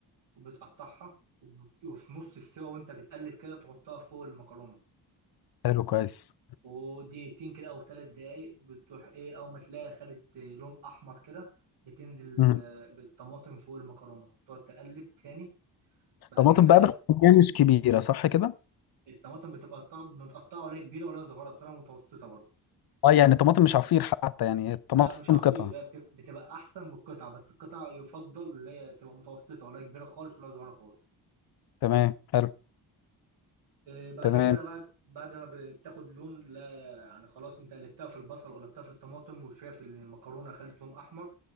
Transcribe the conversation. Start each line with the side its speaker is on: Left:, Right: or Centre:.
Right: وبتقطعها وب- وفي نص السوا وانت بتقلب كده تحطها فوق المكرونة
Left: حلو كويس
Right: ودقيقتين كده او ثلاث دقايق بتروح ايه اول ما تلاقيها خدت لون احمر كده بتنزل
Left: مم.
Right: آه، بالطماطم فوق المكرونة وبتقعد تقلب تاني بعد
Left: طماطم
Right: كده
Left: بقى بس كمية مش كبيرة صح كده
Right: الطماطم بتبقى قطع- متقطعة ولا كبيرة ولا صغيرة بتبقى متوسطة برضه
Left: اه يعني طماطم مش عصير حتى يعني الطماطم
Right: لا مش عصير
Left: قطع
Right: لا بت- بتبقى أحسن بالقطعة بس القطعة يفضل اللي هي تبقى متوسطة ولا كبيرة خالص ولا صغيرة خالص
Left: تمام حلو
Right: آه، بعد
Left: تمام
Right: كده بعد بعد ما ب- بتاخد لون لا يعني خلاص انت قلبتها في البصل وقلبتها في الطماطم وشايف ان المكرونه خلت لون احمر